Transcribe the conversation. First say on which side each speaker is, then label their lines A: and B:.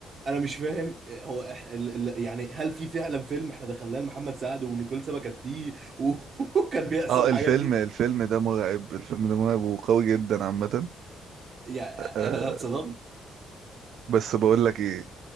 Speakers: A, on the right (about 50°); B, on the right (about 75°).
A: انا مش فاهم هو إح... ال... ال... يعني هل في فعلا فيلم احنا دخلناه لمحمد سعد ونيكول سابا كانت فيه و- <laughs> وكان بيحصل
B: اه
A: الحاجات
B: الفيلم
A: دي
B: الفيلم ده مرعب الفيلم ده مرعب وقوي جدا عامة
A: يعني
B: آه
A: انا أنا اتصدمت
B: بس بقول لك ايه